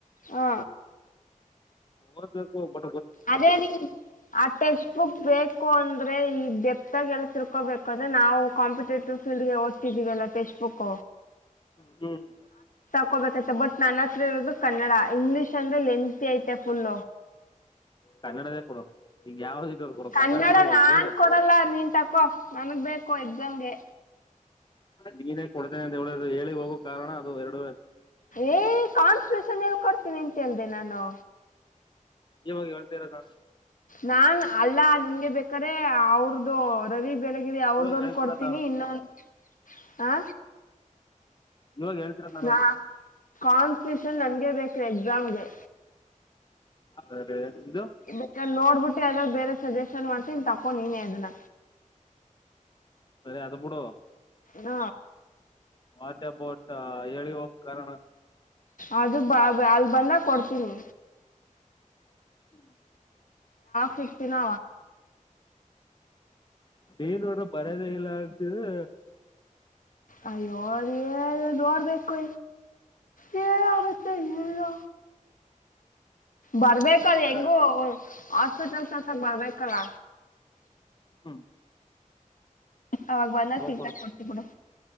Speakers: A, on the left; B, on the left.
A: ಹಾ
B: ಓದ್ಬೇಕು ಬ
A: ಅದೇ ನೀ ಆ ಟೆಕ್ಸ್ಟ್ ಬುಕ್ ಬೇಕು ಅಂದ್ರೆ ಈ ಬೆ ಸಾಗ ಎಲ್ಲ ತಿರ್ಕೋಬೇಕು ಅ್ರ ನಾವು ಕಾಂಪಿಟೇಟಿವ್ ಫೀಲ್ ಓದ್ತಿದೀವಿಲ್ಲ ಟೆಕ್ಸ್ಟ್ ಬುಕ್
B: ಹ್ಮ ಹ್ಮ್
A: ಹಕೋಬೇಕತೆ ಬಟ್ ನನ್ನ ಹತ್ರ ಇರೋದು ಕನ್ನಡ ಇಂಗ್ಲಿಷ್ ಅಂದ್ರೆ ಲೆಂತಿ ಐತೆ ಫುಲ್
B: ಕನ್ನಡದೇ ಕೊಡು ಈಗ ಯಾವ್ದ ಇದ ಕೊಡು
A: ಕನ್ನಡ
B: ಕನ್ನಡದು
A: ನಾನ್
B: ಹೇಳಿ
A: ಕೊಡಲ್ಲ ನಿನ್ಂತಾಕೋ ನನ್ಗ್ ಬೇಕು ಎಕ್ಸಾಮ್ಗೆ
B: ನೀನೇ ಕೊಡ್ತೇನೆ ಅಂತದು ಹೇಳಿ ಹೋಗಕ್ ಕಾರಣ ಅದು ಎರಡ
A: ಏ ಕಾನ್ಸ್ಟಷನ್ ಎಲ್ ಕೊಡ್ತೀನಿ ಅಂತ ಹೇಳ್ದ ನಾನು
B: ಇವಾಗ ಹೇಳ್ತಾ ಇರೋ ನಾನ್
A: ನಾನ್ ಅಲ್ಲಾ ನಿನ್ಗೆ ಬೇಕಾರೆೆ ಅವ್ರ್ದು ರವಿ ಬೆಳಗ ಅವ್ರ್ದೊಂದು
B: ಇವಾಗ ಹೇಳ್ತಿರೋದು
A: ಕೊಡ್ತೀನಿ
B: ನಾನು
A: ಇನ್ನೊಂದು ಹ
B: ಇವಾಗ ಹೇಳ್ತಿರೋದು ನಾನು
A: ನಾ
B: ಒಂದು
A: ಕಾನ್ಸ್ಪಿಟೂಷನ್ ನನ್ಗೆ ಬೇಕು ಎಕ್ಸಾಮ್ಗೆ
B: ಸರಿ ಇದು
A: ಬೇಕ ನೋಡ್ಬಿಟ್ಟು ಮ ಅದಾಗ ಬೇರೆ ಸಜೆಷನ್ ಮಾಡ್ತೀನ್ಿ ತಕೊಂಡ ನೀನ ಅದನ್ನ
B: ಸರಿ ಅದ ಬಿೂಡ
A: ನ
B: ವಾಟರ್ ಬೋಟ್ ಹೇಳಿ ಹೋಗ ಕಾರಣ
A: ಅದು ಬ ಅಲ್ ಬಂದ ಕೊಡ್ತೀನಿ
B: ಹ್ಮ್
A: ನ್ತಿನ
B: ಬೇನ್ ನೋಡ್ರ ಬರದ ಎಲ್ಲ ಆಗ್ತಿದೆ
A: ಅಯ್ಯೋ ರ ನೋಡ್ಬೇಕು ಯಾಗತ್ತೆ ಇಲ್ಲ ಬರ್ಬೇಕಲ್
B: ಬರ
A: ಹೆಂಗು ಹಾಸ್ಪಿಟಲ್ಸ್ಸ ಬರ್ಬೇಕಲ್ಲ
B: ಹಾಞ
A: ಅವಾಗ ಬಂದ ಸಿಗ್ತ
B: ಕೊಡ್ತೇನೆ
A: ಕೊಡ್ತಿ ಬಿಡು